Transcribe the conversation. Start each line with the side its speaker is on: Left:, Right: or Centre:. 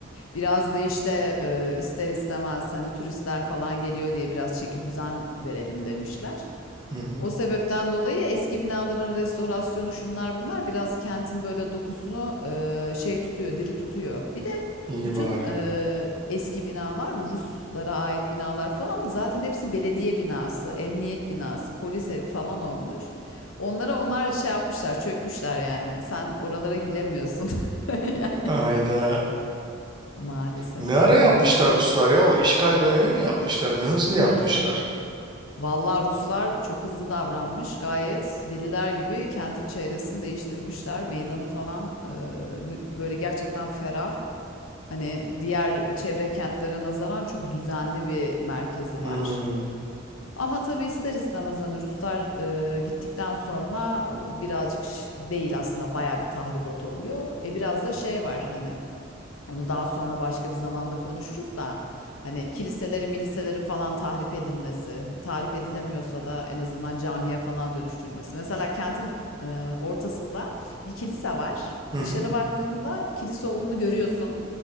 Left: Biraz da işte e, ister istemez hani turistler falan geliyor diye biraz çeki düzen verelim demişler.
Right: hı hı.
Left: O sebepten dolayı eski binaların restorasyonu şunlar bunlar biraz kentin böyle dokusunu e, şey tutuyor, diri tutuyor. Bir de
Right: İyi
Left: bütün
Right: bari.
Left: e, eski binalar, bu Ruslara ait binalar falan zaten hepsi belediye binası, emniyet binası, polis evi falan olmuş. Onlara onlar şey yapmışlar, çökmüşler yani. Sen oralara giremiyorsun. <laughs> Yani
Right: Ayda.
Left: maalesef
Right: Ne ara
Left: öyle
Right: yapmışlar
Left: oluyor.
Right: Ruslar ya? O işgal dönemi mi yapmışlar? Ne hızlı yapmışlar.
Left: Hmm. Vallahi Ruslar çok hızlı davranmış. Gayet deliler gibi kentin çevresini değiştirmişler. Meydanı falan e, mü- böyle gerçekten ferah. Hani diğer çevre kentlere nazaran çok düzenli bir merkezi
Right: Hmm,
Left: var. Ama tabii ister istemez hani Ruslar e, gittikten sonra e, birazcık ş- değil aslında bayağı bir tahribat oluyor. E biraz da şey var hani. Onu daha sonra başka bir zamanda konuşuruz da hani kiliselerin, miliselerin falan tahrip edilmesi, tahrip edilemiyorsa da en azından camiye falan dönüştürülmesi. Mesela kentin e, ortasında bir kilise var.
Right: Hı
Left: Dışarı
Right: hı,
Left: baktığında kilise olduğunu görüyorsun.